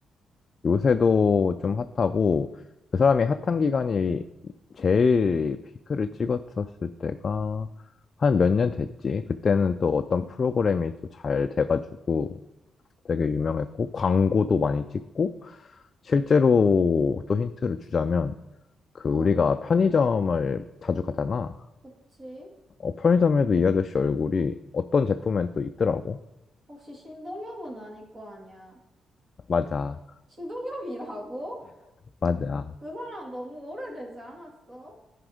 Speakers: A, on the left (about 45°); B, on the right (about 35°).
A: 요새도 좀 핫하고 그 사람이 핫한 기간이 제일 피크를 찍었었을 때가 한 몇 년 됐지. 그때는 또 어떤 프로그램이 또 잘 돼가지고 되게 유명했고 광고도 많이 찍고 실제로 또 힌트를 주자면 그
B: 응,
A: 우리가 편의점을 자주 가잖아.
B: 그치.
A: 어, 편의점에도 이 아저씨 얼굴이 어떤 제품엔 또 있더라고.
B: 혹시 신동엽은 아닐 거 아니야?
A: 맞아,
B: 신동엽이라고?
A: 맞아.
B: 그 사람 너무 오래되지 않았어?